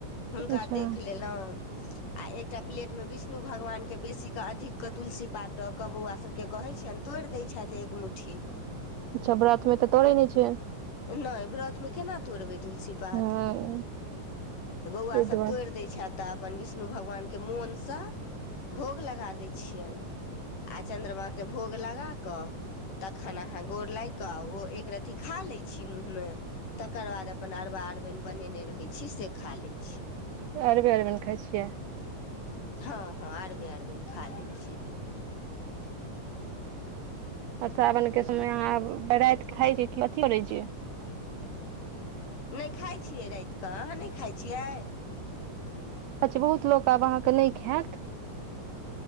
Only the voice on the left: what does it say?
हुनका
देख लेलहुँ आ एकटा प्लेट मे विष्णु भगवान के बेसी अधिक के तुलसी पात दऽ कऽ बौआ सभके कहैत छियनि तोड़ि दै छथि एक मुट्ठी
नहि व्रत मे केना तोड़बै तुलसी पात
तऽ बौआ
सब
तोड़ि दै छै तब अपन विष्णु भगवान के मोनसँ भोग लगा दै छियनि आ चंद्रमा के भोग लगााक तखन अहा गोर लागि कऽ ओ एक रती खा लै छी मुँहमे तकर बाद अपन अरबा अरबीन बनेने रहै छी से खा लै छी
हँ हँ अरबे अरबनि खाली छै
नहि खाइ छियै रात कऽ अहाँ नहि खाइ छियै